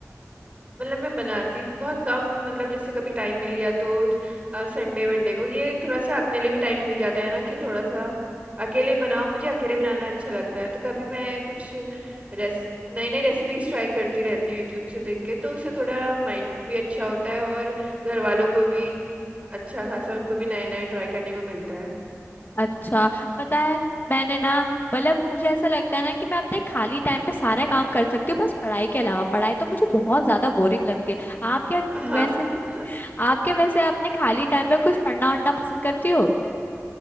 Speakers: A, on the right; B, on the left.
A: मतलब मैं बनाती बहुत कम हूँ मतलब जैसे कभी टाइम मिल गया तो संडे वनडे को ये थोड़ा सा अपने लिए भी टाइम मिल जाता है ना कि थोड़ा सा अकेले बनाओ मुझे अकेले बनाना अच्छा लगता है तो कभी मैं कुछ रेस नई नई रेसिपीज ट्राई करती रहती हूँ यूट्यूब से देख के तो उससे थोड़ा माइंड भी अच्छा होता है और घर वालों को भी अच्छा खासा उनको भी नए नए ट्राई करने को मिलता है
B: अच्छा पता है मैंने ना मतलब मुझे ऐसा लगता है ना कि मैं अपने खाली टाइम में सारा काम कर सकती हूँ बस पढ़ाई के अलावा पढ़ाई तो मुझे बहुत ज्यादा बोरिंग लगती है आप क्या
A: हाँ
B: वैसे
A: <laughs>
B: आप क्या वैसे अपने खाली टाइम में कुछ पढ़ना वढ़ना पसंद करती हो